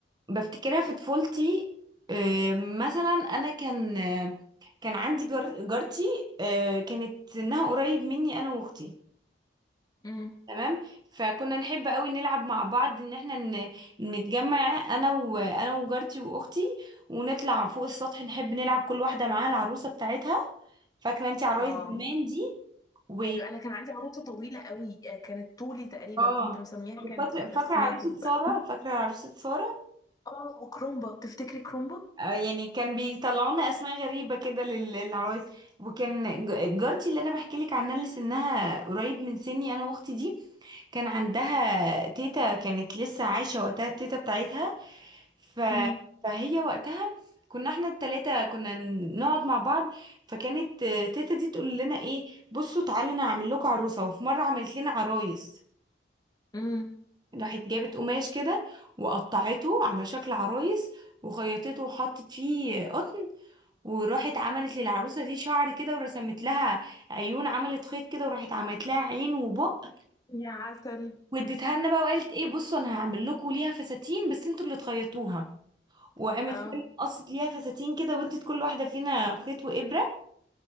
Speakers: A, on the right; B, on the left.
A: بفتكرها في طفولتي آه، مثلا انا كان آه، كان عندي جار... جارتي آه، كانت سنها قريب مني انا واختي
B: امم
A: تمام فكنا نحب قوي نلعب مع بعض ان احنا ن- نتجمع انا وانا وجارتي واختي ونطلع فوق السطح نحب نلعب كل واحده معاها العروسه بتاعتها فاكره انت عرايس
B: اه
A: زمان دي و
B: ايوه انا كان عندي عروسه طويله قوي آه، كانت طولي تقريبا
A: اه
B: كنت مسميها
A: وفاكره
B: كاندي
A: فاكره
B: بس ماتت
A: عروسه ساره
B: بقى
A: فاكره عروسه ساره
B: اه وكرومبا تفتكري كرومبا
A: آه، يعني كان بيطلعونا اسماء غريبه كده لل- للعرايس وكان ج- جارتي اللي انا بحكي لك عنها اللي سنها قريب من سني انا واختي دي كان عندها تيتا كانت لسه عايشه وقتها التيتا بتاعتها ف...
B: امم
A: فهي وقتها كنا احنا التلاتة كنا نقعد مع بعض فكانت تيتا دي تقول لنا ايه بصوا تعالوا انا هعمل لكم عروسة وفي مرة عملت لنا عرايس
B: امم
A: راحت جابت قماش كده وقطعته على شكل عرايس وخيطته وحطت فيه قطن وراحت عملت للعروسة دي شعر كده ورسمت لها عيون عملت خيط كده وراحت عملت لها عين وبق
B: يا عسل
A: واديتها لنا بقى وقالت ايه بصوا انا هعمل لكم ليها فساتين بس انتوا اللي تخيطوها وقامت
B: اه
A: فعلا قصت ليها فساتين كده وادت كل واحده فينا خيط وابره